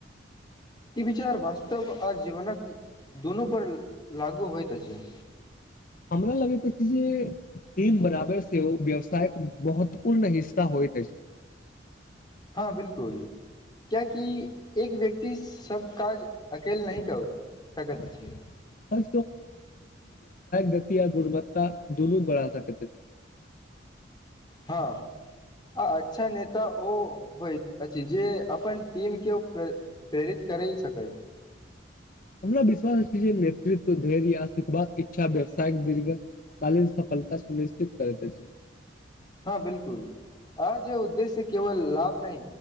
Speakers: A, on the left; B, on the left.
A: ई विचार वास्तव आ जीवनक दुूनू पर लागू होइत छैय।
B: हमरा लगैत छै जे टीम बराबर सेहो व्यवसायक महत्वपूर्ण हिस् ता होइत अछि।
A: हँ बिलकुल क्यकि एक व्यक्ति सब काज
B: <unintelligible>
A: अकेल नहि कऽ सकैत अछि
B: हाय गति आ गुणवत्ता दुनू बढ़ा सकैत छी।
A: हाँ आ अच्छा नेता ओ होइत अछि। जे जे अपन टीम केओ प्रेरित करि सकै।
B: हमरा विश्वास अछि जे नेतृत्व धैर्य आ सिखबाक इच्छा व्यवसायक दीर्घ कालीन सफलता सुनिश्चित करैत अछि।
A: हँ बिलकुल आजे उद्देश्य केवल लाभ नहि